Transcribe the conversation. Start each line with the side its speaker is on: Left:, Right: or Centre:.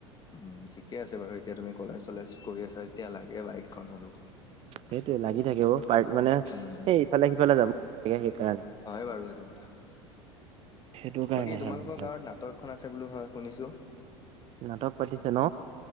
Left: উম ঠিকে আছে বাৰু এতিয়া তুমি কলেজ চলেজ কৰি আছা যেতিয়া লাগে বাইকখন হ'লো
Right: সেইটোৱে লাগি থাকিব অ পাৰ্ট মানে
Left: উম,
Right: এই ইফালে সিফালে যাব লাগে সেইকাৰণে
Left: হয় বাৰু সেইটো কথা
Right: সেইটো কাৰণেহে
Left: বাকী তোমালোকৰ
Right: মানে
Left: গাঁৱত নাম তইকখন আছে বুলো হয় শুনিছোঁ
Right: নাটক পাতিছে ন